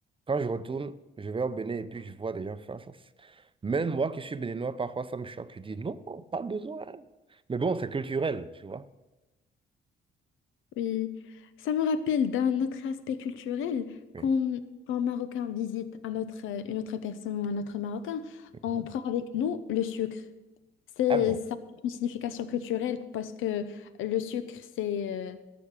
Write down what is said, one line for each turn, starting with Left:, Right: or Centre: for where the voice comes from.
Right: quand je retourne, je vais au Bénin et puis je vois des gens faire ça. C'est- Même moi qui suis béninois, parfois ça me choque. Je dis non, pas besoin. Mais bon, c'est culturel, tu vois.
Left: Oui. Ça me rappelle d'un autre aspect culturel,
Right: Oui.
Left: quand, quand un Marocain visite un autre, euh, une autre personne ou un autre Marocain,
Right: Mhm.
Left: on prend avec nous le sucre. C'est
Right: Ah bon.
Left: ça a une signification culturelle parce que le sucre, c'est euh,